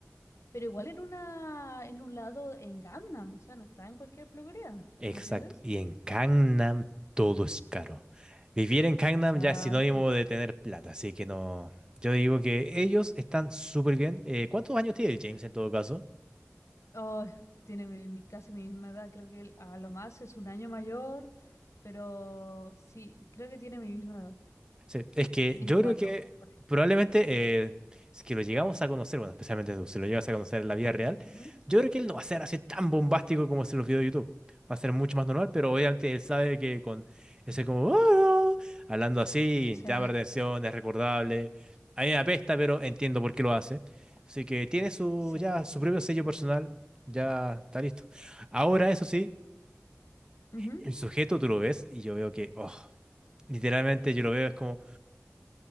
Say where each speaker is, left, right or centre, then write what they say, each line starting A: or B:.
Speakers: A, on the left (about 70°); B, on the right (about 15°).
A: Pero igual en una, en un lado en Gangnam, o sea, no está en cualquier peluquería,
B: Exacto.
A: ¿me entiendes?
B: Y en Gangnam todo es caro. Vivir en Gangnam
A: Exacto.
B: ya es sinónimo de tener plata, así que no. Yo digo que ellos están súper bien. Eh, ¿cuántos años tiene el James en todo caso?
A: Oh, tiene mi, mi- casi mi misma edad, creo que él a lo más es un año mayor, pero sí, creo que tiene mi misma edad.
B: Sí, es que
A: veinticuatro
B: yo creo que
A: por ahí.
B: probablemente eh, si que lo llegamos a conocer, bueno, especialmente tú, si lo llegas a conocer en la vida real,
A: Ujú.
B: yo creo que él no va a ser así tan bombástico como se los videos de YouTube. Va a ser mucho más normal, pero obviamente él sabe que con ese como, "Ah", hablando así,
A: Sí,
B: llama la atención, es recordable. A mí me apesta, pero entiendo por qué lo hace. Así que tiene su,
A: sí.
B: ya, su propio sello personal, ya está listo. Ahora, eso sí,
A: Ujú.
B: el sujeto tú lo ves y yo veo que, oh, literalmente yo lo veo, es como...